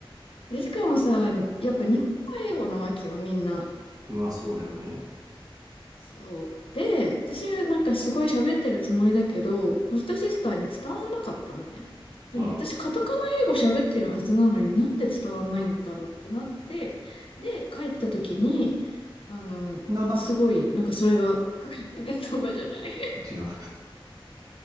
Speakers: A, on the left (about 70°); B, on the right (about 40°).
A: で、しかもさ、やっぱ日本語英語なわけよ、みんな。
B: まあそうだよね
A: そう。で、私なんかすごい喋ってるつもりだけど、ホストシスターに伝わんなかったのね。でも私カタカナ英語喋ってるはずなのになんで伝わんないんだろうってなって、
B: あら
A: で、帰った時に、あの、
B: ノバ
A: すごい、なんかそれが、<laughs> ネットばじゃない。
B: あ違う